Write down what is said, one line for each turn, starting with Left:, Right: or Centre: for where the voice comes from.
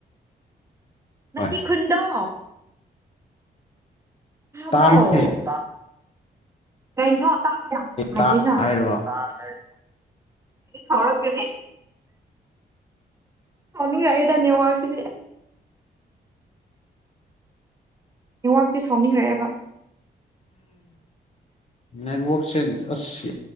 Right: ꯅꯪꯒꯤ
Left: ꯍꯣꯏ
Right: ꯈꯨꯟꯗꯣ
Left: ꯇꯥꯏꯅꯦ
Right: ꯕ꯭ꯔꯣ ꯀꯩꯅꯣ ꯇꯥꯕ ꯌꯥꯝ ꯍꯥꯏꯗꯣꯏꯔ
Left: ꯇꯥꯏ
Right: ꯑꯩ
Left: ꯍꯥꯏꯔꯤꯕ
Right: ꯐꯧꯔꯒꯒꯅꯤ ꯇꯥꯎꯅꯤꯡꯉꯛꯑꯦꯗꯅꯦꯦꯋꯥꯁꯤꯗꯤ ꯍꯋꯥꯛꯇꯤ ꯁꯥꯎꯅꯤꯡꯔꯛꯑꯦꯕ
Left: ꯅꯦꯠꯋꯁ ꯑꯁ